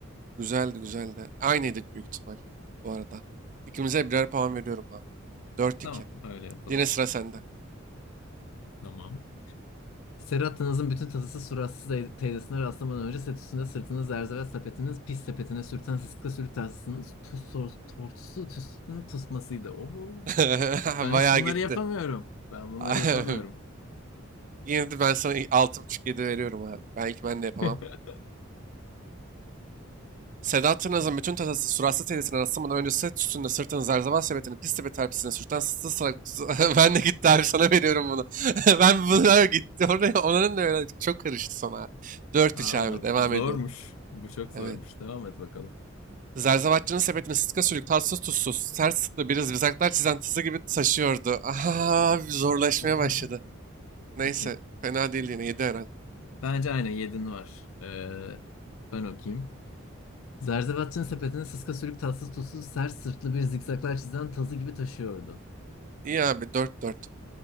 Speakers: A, on the right; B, on the left.
A: Güzeldi güzeldi. Aynıydık büyük ihtimal bu arada. İkimize birer puan veriyorum abi. Dört
B: Tamam
A: iki.
B: öyle yapalım.
A: Yine sıra sende.
B: Tamam. Serhat'ınızın bütün tasası suratsız tey- teyzesine rastlamadan önce set üstünde sırtını zerzevet sepetiniz pis sepetine sürten sıska sürük tahtasınız tuz sor- tortusu tüsünün tusmasıydı. Oho.
A: <laughs>
B: Ben
A: Bayağı
B: hiç bunları
A: gitti.
B: yapamıyorum. Ben bunları
A: <laughs>
B: yapamıyorum.
A: Yine de ben sana altı buçuk yedi veriyorum abi. Belki ben de yapamam.
B: <laughs>
A: Sedat Tırnaz'ın bütün tatası suratsız teyzesinin rastlamadan önce set üstünde sırtını zerzeval sepetini pis tepe terpisine sürten sızlı salak... <laughs> ben de gitti abi sana veriyorum bunu. <laughs> ben bunlar gitti. Oraya, onların da öyle çok karıştı sana. abi. Dört
B: Aa,
A: 3 abi devam
B: bu zormuş.
A: ediyorum.
B: Bu çok
A: Evet.
B: zormuş. Devam et bakalım.
A: Zerzavatçının sepetini sıtka sülük, tatsız tuzsuz, ters tıklı bir zikzaklar çizen tızı gibi taşıyordu. Aha, zorlaşmaya
B: Olmadı.
A: başladı. Neyse,
B: Okey.
A: fena değil yine, yedi herhalde.
B: Bence aynen yedin var. Ee, ben okuyayım. Zerzevatçı'nın sepetini sıska sürük tatsız tuzsuz sert sırtlı bir zikzaklar çizen tazı gibi taşıyordu.
A: İyi abi, dört dört.